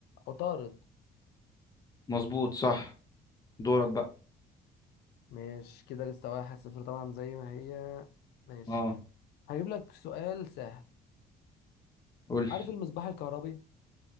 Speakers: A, on the left; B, on the left.
A: عطارد
B: مظبوط صح دورك بقى
A: ماشي كده لسه واحد صفر طبعا زي ما هي ماشي
B: اه
A: هجيب لك سؤال سهل
B: قول
A: عارف المصباح الكهربي